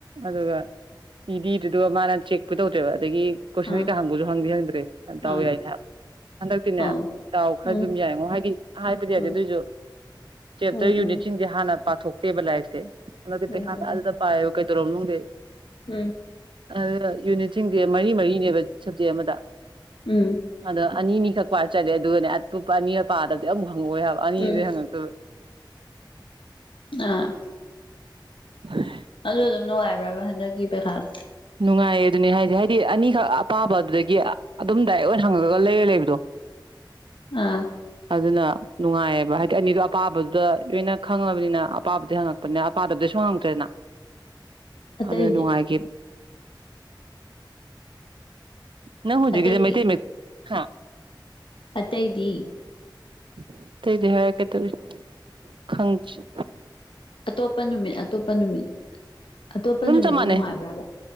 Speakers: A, on the right (about 80°); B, on the left (about 85°).
A: ꯑꯗꯨꯒ ꯏꯗꯤ ꯏꯗꯔ꯭ꯦ ꯗꯨꯒꯥ ꯃꯥꯅ ꯆꯦꯛ ꯄꯨ ꯇꯧꯗꯔ꯭ꯦꯕ ꯑꯗꯒꯤ ꯀꯣꯏꯁꯟ
B: ꯑꯥ
A: ꯀꯩꯀꯥ ꯍꯪꯕꯁꯨ ꯍꯪꯗꯤ ꯍꯪꯗ꯭ꯔꯦ ꯗꯥꯎ
B: ꯑꯥ
A: ꯌꯥꯏꯅꯦ ꯍꯥꯏꯕ ꯍꯟꯗꯛꯇꯤꯅꯦ
B: ꯑꯧ
A: ꯗꯥꯎ ꯈꯔ
B: ꯎꯝ
A: ꯑꯗꯨꯝ ꯌꯥꯏꯉꯣ ꯍꯥꯏꯗꯤ ꯍꯥꯏꯕꯗꯤ ꯌꯥꯗꯦ
B: ꯎꯝ
A: ꯑꯗꯨꯑꯣꯏꯁꯨ ꯆꯦꯞꯇꯔ
B: ꯎꯝ
A: ꯌꯨꯅꯤꯠꯁꯤꯡꯁꯦ
B: ꯎꯝ
A: ꯍꯥꯟꯅ ꯄꯥꯊꯣꯛꯇꯦꯕ ꯂꯥꯏꯔꯤꯛꯁꯦ ꯍꯟꯇꯛꯇꯤ
B: ꯎꯝ
A: ꯄꯩꯈꯥ
B: ꯎꯝ
A: ꯊꯥꯖꯗꯕ ꯄꯥꯏꯌꯨ ꯀꯩꯗꯧꯔꯝꯅꯣ ꯈꯪꯗꯦ
B: ꯎꯝ
A: ꯑꯗꯨꯒ ꯌꯨꯅꯤꯠꯁꯤꯡꯁꯦ ꯃꯔꯤ ꯃꯔꯤꯅꯦꯕ ꯁꯞꯖꯦꯛ ꯑꯃꯗ
B: ꯎꯝ
A: ꯑꯗ ꯑꯅꯤꯅꯤ ꯊꯛꯄ ꯆꯠꯂꯦ ꯑꯗꯨꯒꯅꯦ ꯑꯇꯣꯞꯄ ꯑꯅꯤꯒ ꯄꯥꯗꯕꯗꯤ ꯑꯃꯨꯛ ꯍꯪꯉꯛꯑꯣꯏ ꯍꯥꯏꯕ ꯑꯅꯤꯖꯦ
B: ꯎꯝ
A: ꯍꯪꯉꯛꯇꯣꯏꯕ
B: ꯑꯥ
A: <unintelligible>
B: ꯑꯗꯨ ꯑꯗꯨꯝ ꯅꯨꯡꯉꯥꯏꯕ꯭ꯔꯕ ꯍꯟꯗꯛꯀꯤ ꯄꯩꯈꯥꯗꯣ
A: ꯅꯨꯡꯉꯥꯏꯌꯦ ꯑꯗꯨꯅꯦ ꯍꯥꯏꯁꯦ ꯍꯥꯏꯗꯤ ꯑꯅꯤꯈꯛ ꯑꯄꯥꯕ ꯑꯗꯨꯗꯒꯤ ꯑꯗꯨꯝ ꯗꯥꯏꯔꯦꯛ ꯑꯣꯏꯅ ꯍꯪꯉꯒ ꯂꯩꯔ ꯂꯩꯕꯗꯣ
B: ꯑꯥ
A: ꯑꯗꯨꯅ ꯅꯨꯡꯉꯥꯏꯌꯦꯕ ꯍꯥꯏꯗꯤ ꯑꯅꯤꯗꯣ ꯑꯄꯥꯕꯗꯨꯗ ꯂꯣꯏꯅ ꯈꯪꯉꯕꯅꯤꯅ ꯑꯄꯥꯕꯗꯩ ꯍꯪꯉꯛꯄꯅꯤꯅ ꯑꯄꯥꯗꯕꯩ ꯁꯨꯡꯍꯛ ꯍꯪꯉꯛꯇ꯭ꯔꯦꯅ
B: ꯑꯇꯩꯗꯤ
A: ꯑꯗꯅ ꯅꯨꯡꯉꯥꯏꯒꯤ ꯅꯪ ꯍꯧꯖꯤꯀꯤꯗꯣ
B: ꯑꯇꯩꯗꯤ
A: ꯃꯩꯇꯩ ꯃꯌꯦꯛ ꯍꯥ
B: ꯑꯇꯩꯗꯤ
A: <unintelligible> ꯈꯪꯗ꯭꯭ꯔꯦ
B: ꯑꯇꯣꯞꯄ ꯅꯨꯃꯤꯠ ꯑꯇꯣꯞꯄ ꯅꯨꯃꯤꯠ ꯑꯇꯣꯞꯄ
A: ꯑꯗꯨꯝ
B: ꯅꯨꯃꯤꯠꯇꯤ
A: ꯆꯞ ꯃꯥꯟꯅꯩ
B: ꯅꯨꯡꯉꯥꯏꯕ꯭ꯔꯕ